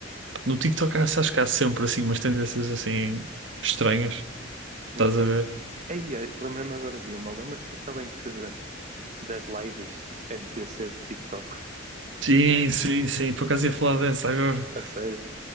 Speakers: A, on the right; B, on the right.
A: no TikTok há- acho que há sempre assim umas tendências assim estranhas, estás
B: Uhum.
A: a ver?
B: Aí, lembrei-me agora de uma. Lembras-te daquela em que das lives NPC do TikTok?
A: Sim, sim, sim, por acaso ia falar dessa agora.
B: A sério?